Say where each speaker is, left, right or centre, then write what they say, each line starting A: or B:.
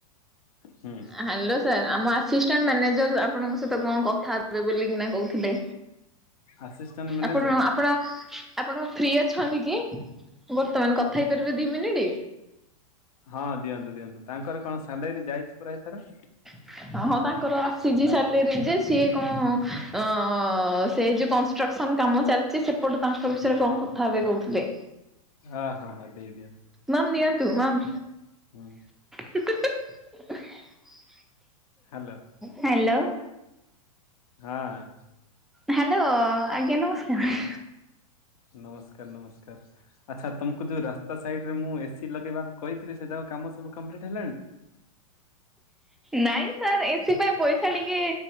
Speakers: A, on the left; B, in the centre.
A: ହୁଁ।
B: ହ୍ୟାଲୋ ସାର୍ ଆମ ଆସିଷ୍ଟାଣ୍ଟ ମ୍ୟାନେଜର ଆପଣଙ୍କ ସହିତ କଣ କଥା ହେବେ ବୋଲିକିନା କହୁଥିଲେ।
A: ଆସିଷ୍ଟାଣ୍ଟ ମ୍ୟାନେଜର
B: ଆପଣ ଆପଣ ଆପଣ ଫ୍ରି ଅଛନ୍ତି କି ବର୍ତ୍ତମାନ କଥା ହେଇପାରିବେ ଦି ମିନିଟ୍?
A: ହଁ ଦିଅନ୍ତୁ ଦିଅନ୍ତୁ ତାଙ୍କର କଣ ସାଲେରୀ ଯାଇଛି ପୁରା ଏଥର?
B: <inaudible> ହଁ ତାଙ୍କର ଆସିଛି ସାଲେରୀ ଯେ ସିଏ କଣ ଅ ସେ ଯୋଉ କ ଚାଲିଛି ସେପଟ ତାଙ୍କ ବିଷୟରେ କଣ କଥାବେ କହୁଥିବେ।
A: ହଁ ହଁ ହଁ ଦେଇ ଦେଇଦିଅ।
B: ମାଁ ନିଅନ୍ତୁ ମାମ୍।
A: <inaudible>
B: <inaudible>
A: Hello
B: hello.
A: ହଁ।
B: ହ୍ୟାଲୋ ଆଜ୍ଞା ନମସ୍କାର।
A: ନମସ୍କାର ନମସ୍କାର ଆଚ୍ଛା ତମକୁ ଯୋଉ ରାସ୍ତା ସାଇଡ ରେ ମୁଁ ଏସି ଲଗେଇବା କହିଥିଲେ ସେ ଯାକ କାମ ସବୁ କମ୍ପ୍ଲିଟ୍ ହେଲାଣି?
B: ନାଇଁ ସାର୍ ଏଥିପାଇଁ ପଇସା ଟିକେ